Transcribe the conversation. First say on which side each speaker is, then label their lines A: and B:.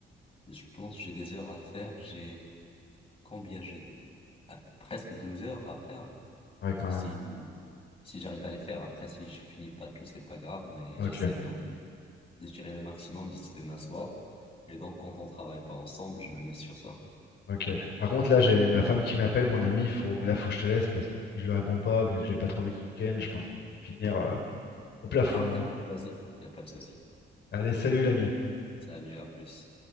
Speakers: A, on the left (about 25°); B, on the left (about 60°).
A: je pense, que j'ai des heures à faire. J'ai combien? J'ai des- à- presque 12 heures à faire.
B: Ouais quand
A: Si,
B: même.
A: si j'arrive à les faire, après, si je finis pas tout, c'est pas grave, mais
B: Ok.
A: j'essaie de, de tirer le maximum d'ici demain soir. Et donc, quand on travaille pas ensemble, je me mets sur ça.
B: Ok. Par contre, là, j'ai ma femme qui m'appelle, mon ami. Faut... Là, faut que je te laisse parce que si je lui réponds pas, vu que je l'ai pas trop vu ce week-end, je pense que je vais finir euh, au plafond,
A: Non, non, t'inquiète,
B: hein.
A: vas-y, il n'y a pas de souci.
B: Allez, salut l'ami.
A: Salut, à plus.